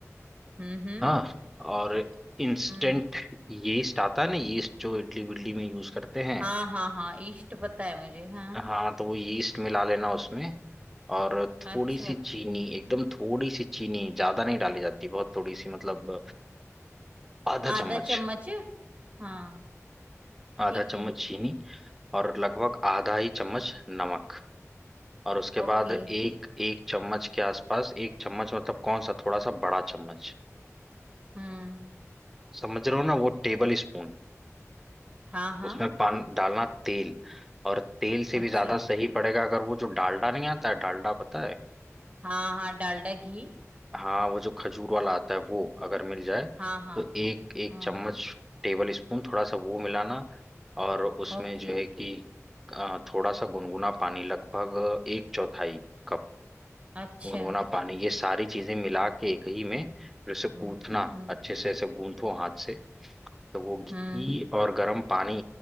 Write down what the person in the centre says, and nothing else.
हाँ और इंस्टेंट
यीस्ट आता है ना यीस्ट जो इडली विडली में यूज करते हैं
हाँ तो वो यीस्ट मिला लेना उसमें और थोड़ी
सी चीनी एकदम थोड़ी सी चीनी ज्यादा नहीं डाली जाती बहुत थोड़ी सी मतलब आधा
चम्मच
आधा
चम्मच
चीनी और लगभग आधा ही चम्मच नमक और उसके
बाद एक एक चम्मच के आसपास एक चम्मच मतलब कौन सा थोड़ा सा बड़ा चम्मच
समझ रहे हो ना वो टेबल स्पून
उसमें पान डालना तेल और तेल से
भी ज्यादा सही पड़ेगा अगर वो जो डालडा नहीं आता है डालडा पता है
हाँ वो जो खजूर वाला आता है वो अगर मिल जाए
तो एक एक
चम्मच टेबल स्पून थोड़ा सा वो मिलाना और उसमें
जो है कि अ, थोड़ा सा गुनगुना पानी लगभग एक चौथाई कप
गुनगुना पानी ये सारी चीजें मिला के एक ही में फिर उसे कूथना
अच्छे से ऐसे गूंथो हाथ से तो वो घी
और गर्म पानी